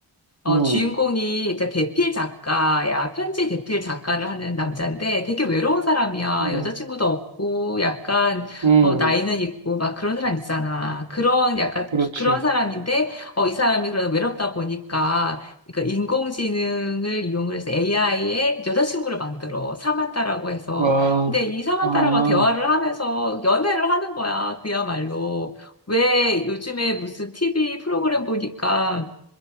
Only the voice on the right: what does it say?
음,
음,
음,
그렇지.
와,
아,